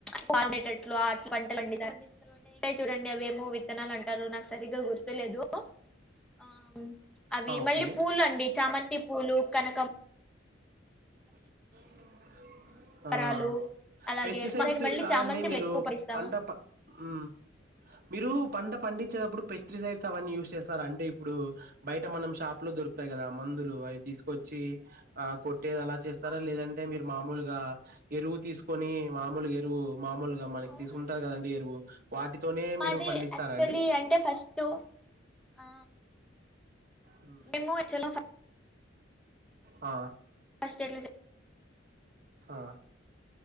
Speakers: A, in the centre; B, on the right.
A: ప మెత్తట్లో ఆర్స్ అంటే లంజ్ <unintelligible> చూడండి అవేమో విత్తనాలు అంటారు నాకు సరిగ్గా గుర్తులేదు ఆ అవి
B: ఆ ఓకే
A: మళ్ళీ పూల్లు అండి చామంతి పూలు కనకమ్
B: బ్లాంక్
A: కనకంబరాలు
B: ఆ
A: అలాగే
B: పెస్టిసైడ్స్
A: మా సైడ్ మళ్ళీ
B: కాదండి
A: చామంతిలు
B: మీరు
A: ఎక్కువ పండిస్తాము
B: పంట ప హ్మ్ మీరు పంట పండి వచ్చేప్పుడు పెస్టిసైడ్స్ అవన్నీ యూస్ చేస్తార అంటే ఇప్పుడు బయట మనం షాపులో దొకుతాయి కదా మందులు అయ్ తి తీసుకొచ్చి ఆ కొట్టే అలా చేస్ స్తారా
A: ఆ
B: లేదంటే మీరు మామూలుగా ఎరువు తీసుకొని మామూలుగా ఎరువు మామూలుగా మనకి
A: అవునండి
B: తీసుకుంటారు కదండి ఎరువు వాటితోనే
A: మాది
B: మీరు పండిస్తారా
A: యాక్చువల్లీ
B: అండి
A: అంటే ఫస్ట్ ఆ
B: హ్మ్.
A: మేము వచ్చేలా
B: ఆ
A: ఫస్ట్ ఎట్ల చే
B: అ